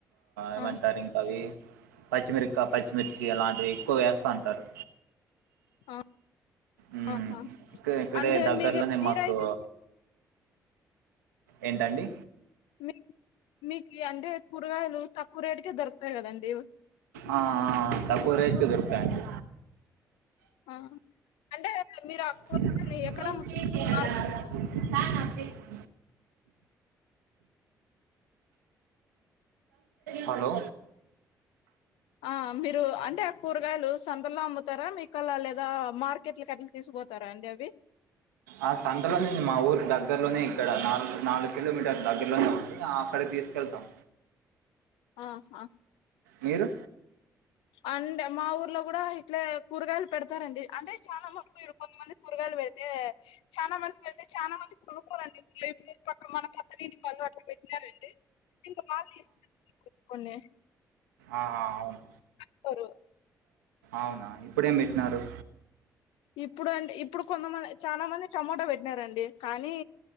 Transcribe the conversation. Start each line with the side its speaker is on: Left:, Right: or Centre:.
Right: ఏమంటారు
Left: ఆ
Right: ఇంకా అవి పచ్చిమిరకా పచ్చిమిర్చి అలాంటివి ఎక్కువ వేస్తంటారు
Left: ఆ
Right: మ్మ్.
Left: ఆహా
Right: ఇక్క- ఇక్కడే
Left: అంటే
Right: దగ్గరలోనే
Left: మీ మీరైతే
Right: మాకు ఏంటండి
Left: మీకు మీకీ అంటే కూరగాయలు తక్కువ రేటుకే దొరుకుతాయి కదండి
Right: ఆ ఆ తక్కువ రేట్ కే దొరుకుతాయండి
Left: ఆ అంటే మీరు
Right: <unintelligible>
Left: కూరగాయలు ఎక్కడ అమ్ముతారు మార్కెట్
Right: హలో
Left: ఆ మీరు అంటే కూరగాయలు సంతల్లో అమ్ముతారా మీకల్లా లేదా మార్ చెట్ల కట్టలు తీసుకుపోతారా అండి అవి
Right: ఆ సంతలోనే అండి మా ఊరి దగ్గరలోనే ఇక్కడ నాలుగు నాలుగు కిలోమీటర్ దగ్గరలోనే ఉంది అక్కడ తీసు వెళ్తాం
Left: ఆహా
Right: మీరు
Left: అంటే మా ఊర్లో కూడా ఇట్లే కూరగాయలు పెడతారండి అంటే చాలా మట్టుకు కొంతమంది కూరగాయలు పెడితే చాలా మందికి వెళ్తే చాలా మంది కొనుక్కోరండి మక్కడ మనం అక్క నుంచి పన్ను అట్లు పెట్టినారండి ఇప్పుడు ఇంకా మాల్ తీసుకుని పెట్టు కొన్న
Right: ఆ ఆ ఔను
Left: స్తారు
Right: ఔనా ఇప్పుడేం పెట్టినారు
Left: ఇప్పుడు అండి ఇప్పుడు కొంతమంది చాలా మంది టమోటా పెట్టినారండి కానీ